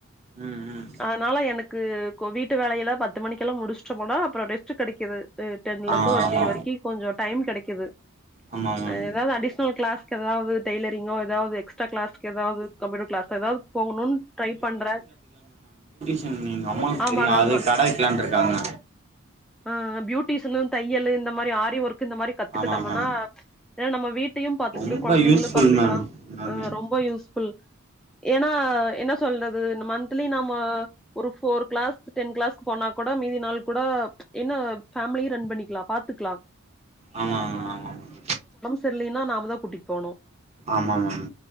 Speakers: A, on the right; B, in the centre.
A: ம் ம்
B: அதனால எனக்கு கொ வீட்டு வேலையில்லா பத்து மணிக்கெல்லா முடிச்சுட்டோமனா அப்றோ ரெ ஸ்ட்டு கெடைக்குது டென்லந்து
A: ஆ
B: ஒரு
A: ஆமா
B: த்ரீ வரைக்கி கொஞ்சோ டைம் கெடைக்குது
A: ஆமா மேம்
B: அ ஏதாவது அடிஷனல் கிளாஸ்க்கு ஏதாவது டெய்லரிங்கோ ஏதாவது எக்ஸ் ட்ரா கிளாஸ்க்கு ஏதாவது கம்ப்யூட்டர் க்ளாஸ் ஏதாது போகணுனு ட்ரை பண்றே
A: ம் எங்க அம்மாக்கு
B: ஆமாங்க
A: தெரியு அது
B: ஆமா
A: கட வெக்ல்லான்ட்டு இருக்காங்க
B: ஆ பியூட்டிஷனு தையல்லு இந்த மாரி ஆரி ஒர்க்கு இந்த மாரி கத்துக்கிட்டோமனா
A: ஆமா மேம்
B: ஏன்னா நம்ம வீட்டையு பாத்துக்கிட்டு
A: ரொம்ப
B: கொழந்தைங்களு
A: யூஸ்ஃபுல்
B: பாத்துக்கலா
A: மேம் எல்லாமே
B: அ ரொம்ப யூஸ்ஃபுல் ஏன்னா என்ன சொல்றது மன்த்லி நம்ம ஒரு ஃபோர் க்ளாஸ் டென் க்ளாஸ்க்கு போனா கூட மீதி நாள் கூட என்ன ஃபேமிலியு ரன் பண்ணிக்கலா பாத்துக்கலா
A: ஆமா மேம் ஆமா மேம்
B: தெர்லைன்னா நாமதா கூட்டிட் போனு
A: ஆமா மேம்